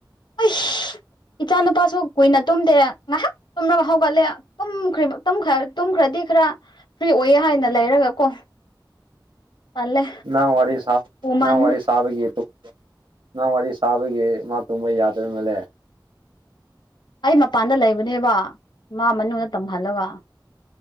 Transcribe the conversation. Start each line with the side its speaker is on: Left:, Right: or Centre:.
Left: ꯑꯩꯁ ꯏꯆꯥ ꯅꯨꯨꯄꯥꯁꯨ ꯀꯨꯏꯅ ꯇꯨꯝꯗꯦ ꯉꯥꯏꯍꯥꯛ ꯇꯨꯝꯒ ꯍꯧꯒꯠꯂꯦ ꯇꯨꯝꯈ꯭ꯔ ꯇꯨꯝꯈ꯭ꯔꯗꯤ ꯈꯔ ꯐ꯭ꯔꯤ ꯑꯣꯏꯌꯦ ꯍꯥꯏꯅ ꯂꯩꯔꯒ ꯀꯣ ꯇꯜꯂꯦ
Right: ꯅꯪ ꯋꯥꯔꯤ ꯁꯥ
Left: ꯎꯃꯟ
Right: ꯅꯪ ꯋꯥꯔꯤ ꯁꯥꯕꯒꯤ ꯅꯪ ꯋꯥꯔꯤ ꯁꯥꯕꯒꯤ ꯃꯥ ꯇꯨꯝꯕ ꯌꯥꯗꯕ ꯃꯥꯜꯂꯦ
Left: ꯑꯩ ꯃꯄꯥꯟꯗ ꯂꯩꯕꯅꯦꯕ ꯃꯥ ꯃꯅꯨꯡꯗ ꯇꯨꯝꯍꯜꯂꯒ